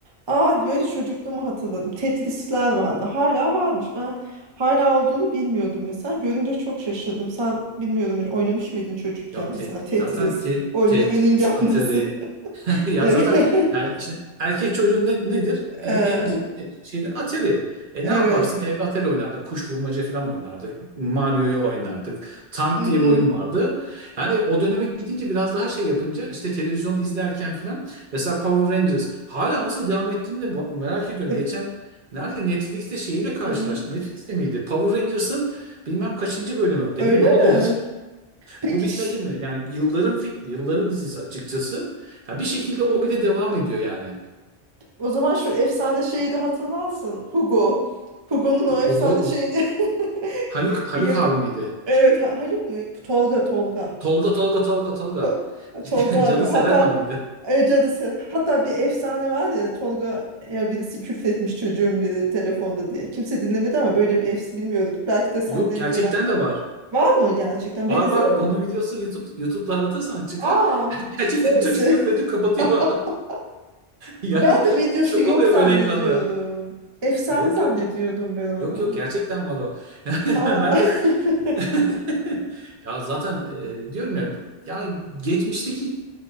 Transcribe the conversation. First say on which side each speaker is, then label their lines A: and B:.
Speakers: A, on the right; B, on the right.
A: Aa böyle çocukluğumu hatırladım. Tetrisler vardı. Hala varmış. Ben hala olduğunu bilmiyordum mesela. Görünce çok şaşırdım. Sen bilmiyordum hiç oynamış mıydın çocukken
B: Ya
A: mesela
B: te,
A: Tetris.
B: zaten te,
A: O
B: Tetris,
A: L'nin gelmesi.
B: Atari. <laughs>
A: <laughs>
B: Ya
A: Evet.
B: zaten yani
A: <laughs>
B: şimdi erkek çocuğun ne, nedir?
A: Ee,
B: E, en ciddi şeyde Atari. E
A: Evet.
B: ne yaparsın? Evde Atari oynardık. Kuş vurmaca falan oynardık. Mario'yu oynardık. Tank
A: Hmm.
B: diye bir oyun vardı. Yani o döneme gidince biraz daha şey yapınca işte televizyon izlerken falan mesela Power Rangers hala nasıl devam ettiğini de ba- merak ediyorum.
A: E,
B: Geçen Nerede Netflix'te şeyiyle karşılaştım.
A: hmm.
B: Netflix'te miydi? Power Rangers'ın bilmem kaçıncı bölümü.
A: Öyle
B: Dedim ne oluyor?
A: mi? Peki.
B: Bu bitmedi
A: ş-
B: mi? Yani yılların film, yılların dizisi açıkçası. Ya bir şekilde
A: Hmm.
B: o bile devam ediyor yani.
A: O zaman şu efsane şeyi de hatırlarsın. Hugo. Hugo'nun o
B: Ya
A: efsane
B: Hugo
A: şeyini <laughs>
B: Haluk
A: yak-
B: Haluk abi miydi?
A: Evet Ha- Haluk mu? Tolga Tolga.
B: Tolga
A: <laughs>
B: Tolga Tolga Tolga.
A: To-
B: <laughs>
A: Tolga
B: Cadı
A: abi. Hatta
B: Serella mıydı?
A: e, cadı Hatta bir efsane var ya Tolga'ya birisi küfretmiş çocuğun biri telefonda diye. Kimse dinlemedi ama böyle bir efs bilmiyorum. Belki de sen
B: Yok
A: denk
B: gerçekten
A: gelen
B: de var.
A: var mı gerçekten?
B: Var
A: Ben izlemedim.
B: var. Onun videosu YouTube YouTube'da aratırsan çıkar.
A: Aa,
B: <laughs>
A: ciddi
B: Gerçekten
A: misin?
B: çocuk küfredip kapatıyor.
A: <laughs>
B: <laughs> Yani
A: Ben de videosu
B: şok
A: yok
B: oluyor
A: zannediyorum.
B: böyle ekranda.
A: Efsane
B: Yok
A: zannediyordum
B: yok ge-
A: ben onu.
B: yok yok gerçekten var o. <laughs>
A: Aa.
B: Yani ben de
A: <laughs>
B: <laughs> ya zaten e, diyorum ya bu- ya geçmişteki